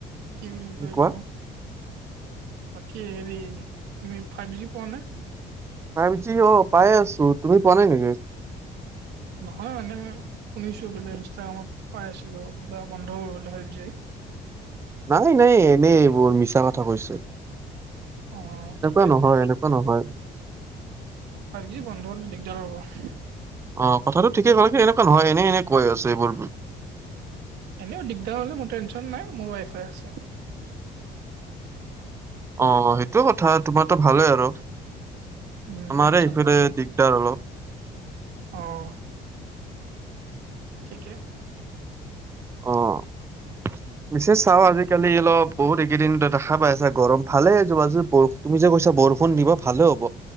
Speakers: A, on the right; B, on the right.
A: কি বুলি কয় এইটো
B: কোৱা
A: বাকী হৰি তুমি ফাইভ জি পোৱা নে?
B: ফাইভ জি অ পাই আছো তুমি পোৱা নাই নেকি?
A: নহয় মানে মই শুনিছো বোলে ইনষ্টাগ্ৰামত পাই আছিলো কিবা বন্ধ কৰিব বোলে ফাইপ জি।
B: নাই নাই এনেই এইবোৰ মিছা কথা কৈছে।
A: অ'
B: এনেকুৱা
A: ঠিকে
B: নহয় এনেকুৱা নহয়।
A: ফাইপ জি বন্ধ হ'লে দিগদাৰ হ'ব।
B: অ কথাটো ঠিকেই ক'লে কিন্তু এনেকুৱা নহয় এনে এনে কৈ আছে এইবোৰ।
A: এনেও দিগদাৰো নাই মোৰ টেনশ্যন নাই মোৰ উৱাই ফাই আছে।
B: অ', সেইটোও কথা তোমাৰো ভালেই আৰু।
A: উম,
B: আমাৰে
A: টেনচন
B: এইফালে
A: নাই মোৰ
B: দিগদাৰ অলপ।
A: অ', ঠিকে।
B: অ'। পিছে চাও আজিকালি অলপ বহুতকেইদিন দেখা পাই আছা গৰম ভালে য'ত আজি তুমি যে কৈছা বৰষুণ দিব ভালে হ'ব